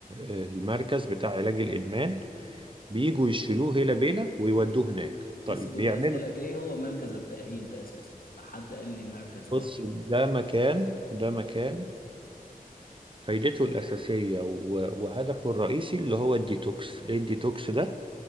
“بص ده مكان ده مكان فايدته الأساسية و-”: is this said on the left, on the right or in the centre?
Right